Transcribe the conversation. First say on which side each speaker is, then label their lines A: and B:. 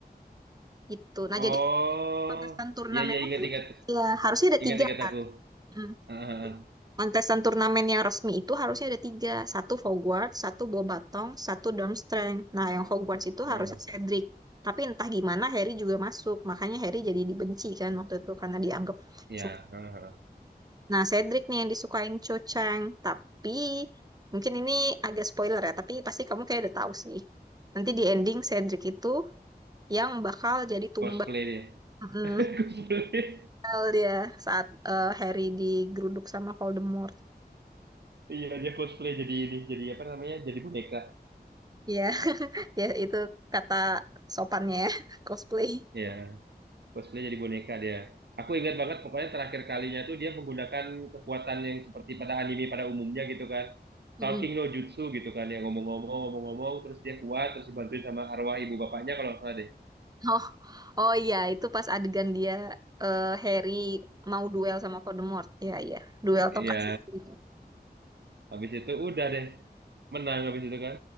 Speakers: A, on the right (about 25°); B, on the right (about 85°).
A: Gitu. Nah,
B: Oh
A: jadi kontestan turnamen
B: ya ya ingat
A: itu
B: ingat
A: ya harusnya ada
B: ingat
A: tiga
B: ingat
A: kan.
B: aku.
A: Hmm.
B: Heeh, heeh,
A: Kontestan turnamen yang resmi itu harusnya ada tiga. Satu Hogwarts, satu Bobatong, satu Durmstrang. Nah, yang Hogwarts itu
B: heeh.
A: harusnya Cedric. Tapi entah gimana Harry juga masuk. Makanya Harry jadi dibenci kan waktu itu karena dianggap
B: Ya
A: curang.
B: heeh, heeh.
A: Nah, Cedric nih yang disukain Cho Chang. Tapi mungkin ini agak spoiler ya. Tapi pasti kamu kayak udah tahu sih. Nanti di ending Cedric itu yang bakal jadi tumbal.
B: Cosplay dia.
A: Mm,
B: <laughs> Cosplay.
A: tumbal dia saat eh, Harry digeruduk sama Voldemort.
B: Iya, dia cosplay jadi ini, jadi apa namanya? Jadi boneka.
A: Iya, <laughs> ya itu kata sopannya ya, <laughs> cosplay.
B: Iya, cosplay jadi boneka dia. Aku ingat banget pokoknya terakhir kalinya tuh dia menggunakan kekuatan yang seperti pada anime pada umumnya gitu kan.
A: Mm-mm.
B: Talking no jutsu gitu kan, yang ngomong-ngomong, ngomong-ngomong, terus dia kuat, terus dibantuin sama arwah ibu bapaknya kalau nggak salah deh.
A: Oh, oh iya, itu pas adegan dia eh, Harry mau duel sama Voldemort. Iya, iya, duel
B: Iya,
A: tongkat sihir.
B: habis itu udah deh, menang habis itu kan.